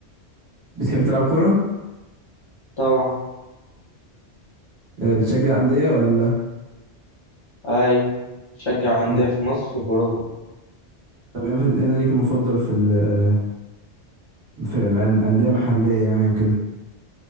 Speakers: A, on the right; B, on the left.
A: بتحب تلعب كورة؟
B: طبعا
A: إيه بتشجع أندية ولا
B: اي شجع أندية
A: ايه نادي-
B: في مصر وفي أوروبا
A: طب ايه نادي- ايه ناديك المفضل في ال في أن- أندية محلية يعني وكده؟